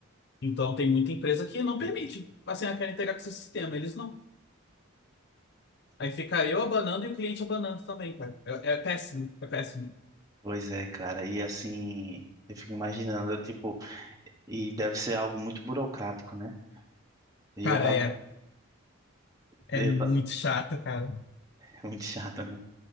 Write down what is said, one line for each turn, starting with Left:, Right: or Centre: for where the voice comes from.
Left: Então tem muita empresa que não permite. Assim, ah, quero integrar com seu sistema. Eles não. Aí fica eu abanando e o cliente abanando também, cara. É, é péssimo, é péssimo.
Right: Pois é, cara, e assim, eu fico imaginando, eu, tipo, e deve ser algo muito burocrático, né? E
Left: Cara,
Right: eu tava,
Left: é, é
Right: eu
Left: muito
Right: ta-
Left: chato, cara.
Right: <laughs> muito chato, né?